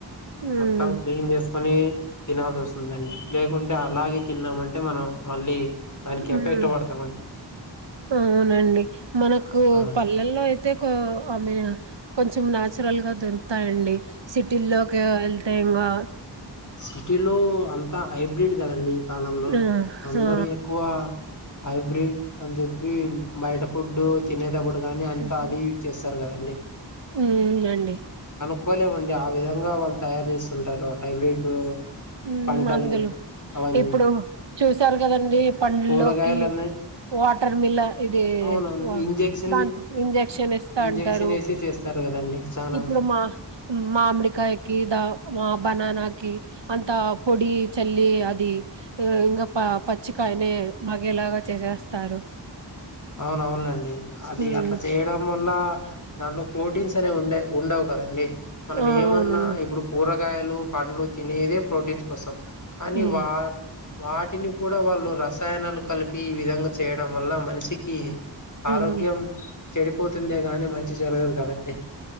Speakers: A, on the right; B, on the left.
A: ఉమ్
B: మొత్తం క్లీన్ చేసు కొని తినాల్సి వస్తుందండి లేకుంటే అలాగే తిన్నామంటే మనం మళ్ళీ దానికి
A: ఉమ్
B: ఎఫెక్ట్ పడుతా మండి.
A: అవునండి మనకు
B: ఆ
A: పల్లెల్లో అయితే కొ ఐ మీన్ కొంచెం నాచురల్ గా దొరుకుతాయండి సిటీ లోకి వెళ్తే ఇంకా
B: సిటీ లో అంతా హైబ్రిడ్ కదండి ఈ కాలంలో.
A: ఆ!
B: అందరు
A: ఆ!
B: ఎక్కువ హైబ్రిడ్ అని చెప్పి బయట ఫుడ్డు తినేటప్పుడు కానీ అంతా
A: హుహు.
B: అదే యూజ్ చేస్తారు కదండీ.
A: హ్మ్ అండి.
B: తట్టుకోలేమండి. ఆ విధంగా వాళ్ళు తయారు చేస్తుంటారు హైబ్రిడ్
A: హ్మ్
B: పంటలు
A: మందులు
B: అవన్నీ
A: ఇప్పుడు చూసారు కదండి పండ్లలోకి
B: కూరగాయలన్నీ
A: వాటర్ మిల్లా ఇది
B: అవునవును
A: వా
B: ఇంజెక్షన్
A: దా ఇంజక్షన్ ఇస్తా
B: ఇంజెక్షన్
A: అంటారు.
B: వేసి చేస్తారు కదండి చానా
A: ఇప్పుడు మా మామిడికాయకి దా ఆ బనానాకి అంత పొడి చల్లి అది ఆ ఇంగాపా పచ్చికాయనే మాగేలాగా చేసేస్తారు.
B: అవునవునులేండి అది
A: ఉమ్
B: అట్లా చేయడం మళ్లా దాంట్లో ప్రోటీన్స్ అనేవి ఉండయి ఉండవు కదండి. మనం
A: ఆ
B: ఏమన్నా
A: అవునండి
B: ఇప్పుడు కూర కూరకాయలు పండ్లు తినేదే ప్రోటీన్స్ కోసం కానీ
A: ఉమ్
B: వా వాటిని కూడా వాళ్ళు రసాయనాలు కలిపి ఈ విధంగా చేయడం వల్ల మనిషికి కి ఆరోగ్యం
A: ఉమ్
B: చెడిపోతుందే గాని మంచి జరగదు కదండి.